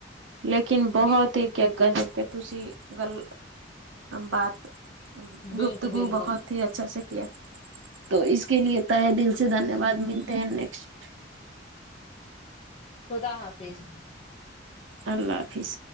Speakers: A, on the right; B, on the left.
A: لیکن بہت
B: بل
A: ہی کیا گجب کہ تسی گل بات
B: بالکل
A: گفتگو
B: بالکل
A: بہت ہی اچھا سے کیا تو اس کے لیے تہ دل سے دھنیہ واد ملتے ہیں نیکسٹ
B: خدا حافظ
A: اللہ حافظ